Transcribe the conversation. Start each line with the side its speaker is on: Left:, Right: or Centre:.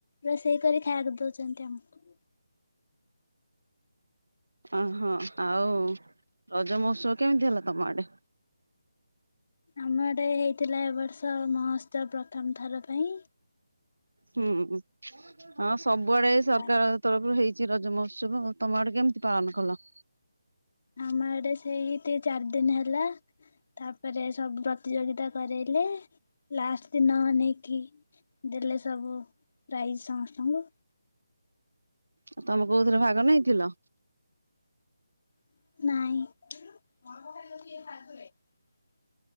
Left: ରୋଷେଇ କରି ଖାଇବାକୁ ଦଉଛନ୍ତି ଆମକୁ।
Right: ଓହୋ ଆଉ ରଜ ମତ୍ସବ କେମିତି ହେଲା ତମ ଆଡେ?
Left: ଆମ ଏଡେ ହେଇଥିଲା ଏବ ବର୍ଷ ମହୋତ୍ସବ ପ୍ରଥମ ଥର ପାଇଁ।
Right: ହୁଁ ହଁ ସବୁଆଡେ ସରକାର
Left: ତା
Right: ତରଫରୁ ହେଇ ରଜ ମହୋତ୍ସବ ତମ ଆଡେ କେମିତି ପାଳନ କଲ?
Left: ଆମ ଆଡେ ସେଇତି ଚାରି ଦିନ ହେଲା। ତାପରେ ସବୁ ପ୍ରତିଯୋଗିତା କରରୋଇଲେ ଲାଷ୍ଟ ଦିନ ନେଇକି ଦେଲେ ସବୁ ପ୍ରାଇଜ୍ ସମସ୍ତଙ୍କୁ।
Right: ଆଉ ତମେ କୋଉଥିରେ ଭାଗ ନେଇଥିଲ?
Left: ନାଇଁ।